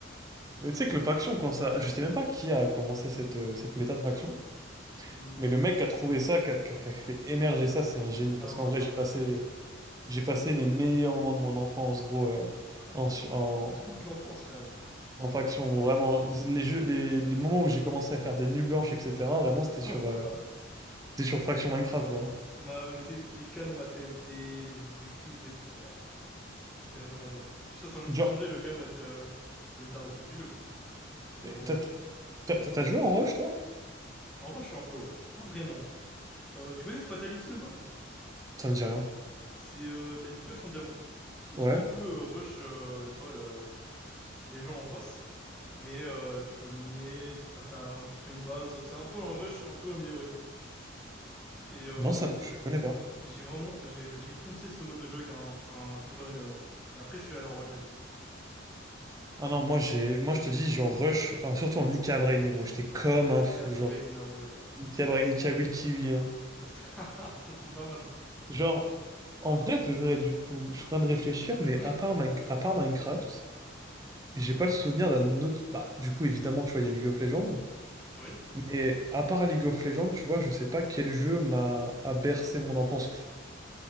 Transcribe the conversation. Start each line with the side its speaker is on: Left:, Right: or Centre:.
Right: Mais tu sais que le faction, quand ça. Je sais même pas qui a commencé cette, euh, cette méta de faction,
Centre: Hmm.
Right: mais le mec qui a trouvé ça, qui a, qui a- qui a fait émerger ça, c'est un génie.
Centre: Non,
Right: Parce qu'en vrai,
Centre: ça,
Right: j'ai
Centre: ouais,
Right: passé,
Centre: c'est un génie. eux.
Right: j'ai passé les meilleurs moments de mon enfance, gros, euh,
Centre: Ah,
Right: en,
Centre: je
Right: su-
Centre: devais
Right: en,
Centre: être toute l'enfance, carrément.
Right: en faction. gros. Vraiment, les jeux, les, les moments où j'ai commencé à faire des nuits blanches, etc., vraiment, c'était
Centre: <laughs>
Right: sur, euh, c'était sur faction Minecraft, gros. hein.
Centre: Bah ouais, mais tu sais, les canons à TNT, les œufs de crib et tout, ah, pff, ça c'était vraiment bien. Puis ça, ça,
Right: Genre,
Centre: ça changeait le, quand même la- la- l'alternative du jeu, quoi. Il y avait
Right: mais
Centre: vraiment
Right: t'as
Centre: un truc.
Right: t'as- t'as- t'as joué en Rush, toi?
Centre: En rush, un peu, ouais. Pas vraiment. Euh, tu connais Fatality, le mode?
Right: Ça me dit rien.
Centre: C'est, euh, t'as une pioche en diamant, et tu
Right: Ouais.
Centre: dois un peu euh, rush, euh, tu vois, le- les gens en face. Mais euh, tu peux miner, tu peux faire ta, un petit peu une base. C'est un peu un rush un peu amélioré. Et, euh,
Right: Non, ça,
Centre: et,
Right: je connais
Centre: et-
Right: pas.
Centre: et j'ai vraiment, j'ai j'ai poncé ce mode de jeu avec un, un très bon ami à moi. Et après, je suis allé en rush, du coup.
Right: Ah non, moi j'ai, moi je te dis, genre Rush, euh, surtout en Ika Brain, gros, j'étais comme un
Centre: Ika
Right: fou,
Centre: Brainaway,
Right: genre.
Centre: oh,
Right: Ika
Centre: ça c'est
Right: Brainica Will Kiwi, hein.
Centre: ça c'était <laughs> ça, c'était pas mal ça.
Right: Genre, en vrai, de vrai, du coup, je suis en train de réfléchir,
Centre: <clears throat>
Right: mais à part, Mine- à part Minecraft, j'ai pas le souvenir d'un autre. Bah, du coup, évidemment, tu vois, il y a League of Legends.
Centre: Oui.
Right: Mais à part League of Legends, tu vois, je sais pas quel jeu m'a a bercé mon enfance.